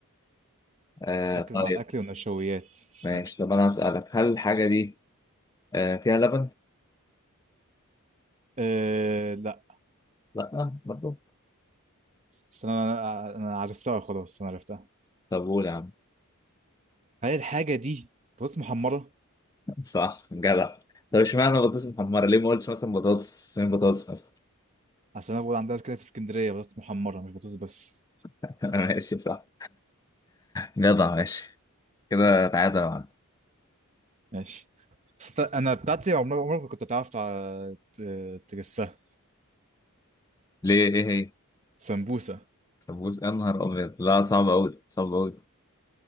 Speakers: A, on the left; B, on the right.
A: آه
B: بتاكل
A: طيب
B: مع الأكل والنشويات استنى
A: ماشي طب انا هسألك هل الحاجه دي آه فيها لبن
B: آه لا
A: لا برضو
B: استنى أنا أنا عرفتها خلاص أنا عرفتها
A: طب قول يا عم
B: هل الحاجة دي بطاطس محمرة؟
A: <laughs> صح جدع طب اشمعنى بطاطس محمره ليه ما قلتش مثلا بطاطس صينية بطاطس مثلا
B: أصل أنا بقول عندنا كده في اسكندرية بطاطس محمرة مش بطاطس بس
A: <laughs> ماشي صح جدع ماشي كده تعادل يا معلم
B: <laughs> ماشي است... أنا بتاعتي عمرك عمرك ما كنت تعرف تع- ت- تجسها
A: ليه ايه هي
B: سمبوسة
A: سمبوس يا نهار ابيض لا صعب قوي صعب قوي